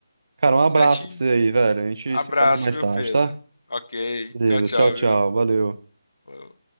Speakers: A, on the right; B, on the left.
A: Cara, um abraço
B: Certinho?
A: pra você aí, velho. A gente
B: Abraço,
A: se fala mais
B: viu,
A: tarde,
B: Pedro?
A: tá?
B: Ok.
A: Beleza,
B: Tchau, tchau,
A: tchau, tchau.
B: viu?
A: Valeu.
B: Falou.